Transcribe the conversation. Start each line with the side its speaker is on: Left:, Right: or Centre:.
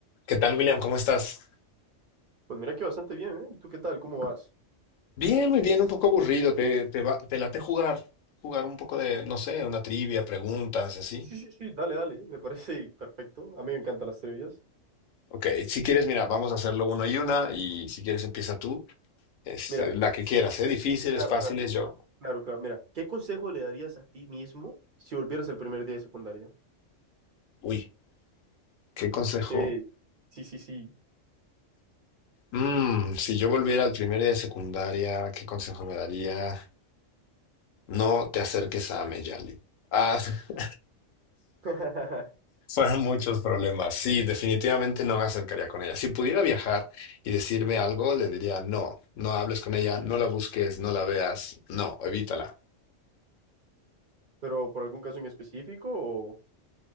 Left: ¿Qué tal, William? ¿Cómo estás?
Right: Pues mira que bastante bien, ¿eh? ¿Y tú qué tal? ¿Cómo vas?
Left: Bien, muy bien, un poco aburrido. ¿Te, te, va- te late jugar? Jugar un poco de, no sé, una trivia, preguntas, así.
Right: Sí, sí, sí, dale, dale, me parece <laughs> perfecto. A mí me encantan las trivias.
Left: Ok, si quieres, mira, vamos a hacerlo uno y una, y si quieres empieza tú, este,
Right: Mira,
Left: la que quieras, ¿eh?
Right: yo-
Left: Difíciles,
Right: claro,
Left: fáciles,
Right: claro,
Left: yo.
Right: claro, claro. Mira, ¿qué consejo le darías a ti mismo si volvieras el primer día de secundaria?
Left: Uy, ¿qué consejo?
Right: Eh, sí, sí, sí.
Left: Mm, si yo volviera al primer día de secundaria, ¿qué consejo me daría? No te acerques a Meyali. Ah, <laughs>
Right: <laughs>
Left: Fueron muchos problemas. Sí, definitivamente no me acercaría con ella. Si pudiera viajar y decirme algo, le diría, no, no hables con ella, no la busques, no la veas, no, evítala.
Right: Pero por algún caso en específico o